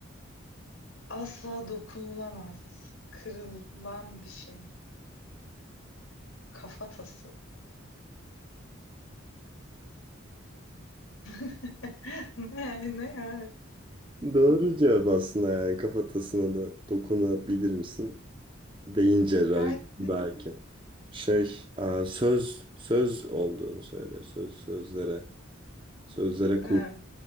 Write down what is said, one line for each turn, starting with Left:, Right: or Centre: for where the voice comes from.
Left: Asla dokunulamaz. Kırılan bir şey. Kafatası. <laughs> Ne ne ya?
Right: Doğru cevap aslında yani kafatasına da dokunabilir misin? Beyin cerrahı
Left: Kalpti.
Right: belki. Şey, aa, söz söz olduğunu söylüyor. Söz sözlere sözlere
Left: Ha,
Right: kur